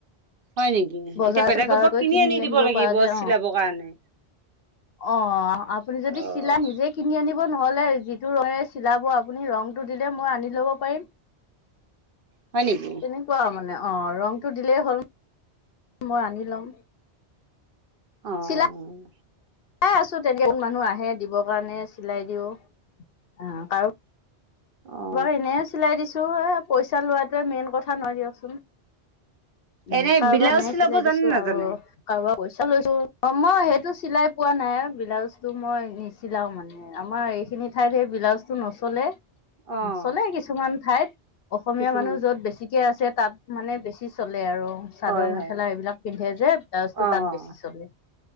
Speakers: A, on the right (about 55°); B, on the left (about 65°).
A: হয় নেকি,
B: বজাৰ
A: এতিয়া বেলেগ
B: বজাৰত
A: পা
B: গৈ
A: কিনি আনি দিব
B: আনিব
A: লাগিব
B: পৰা যায় অ
A: চিলাবৰ কাৰণে।
B: অ', আপুনি যদি
A: অ',
B: চিলা নিজে কিনি আনিব নহ'লে যিটো ৰঙে চিলাব আপুনি ৰংটো দিলে মই আনি ল'ব পাৰিম।
A: হয় নেকি?
B: তেনেকুৱা মানে অ, ৰংটো দিলেই হ'ল মই আনি ল'ম।
A: অ',
B: চিলাই অ', আছো তেনেক মানুহ আহে দিব কাৰণে চিলাই দিওঁ আ, পাৰো
A: অ',
B: বাৰু এনেও চিলাই দিছোঁ এ পইচা লোৱাটোৱে মেইন কথা নহয় দিয়কচোন। উম,
A: এনে
B: কাৰোবাক
A: ব্লাউজ
B: এনেই
A: চিলাব
B: চিলাই
A: জানে
B: দিছো
A: নাজানে
B: আৰু। কাৰোবাক পইচা লৈছো অ, মই সেইটো চিলাই পোৱা নাই, ব্লাউজটো মই নিচিলাও মানে। আমাৰ এইখিনি ঠাইত সেই ব্লাউজটো নচলে।
A: অ',
B: চলে কিছুমান ঠাইত অসমীয়া
A: কিছুমান
B: মানুহ য'ত বেছিকে আছে তাত মানে বেছি চলে আৰু। চাদৰ
A: হয়,
B: মেখেলা
A: হয়
B: এইবিলাক পিন্ধে যে ব্লাউজটো
A: অ',
B: তাত
A: অ',
B: বেছি চলে,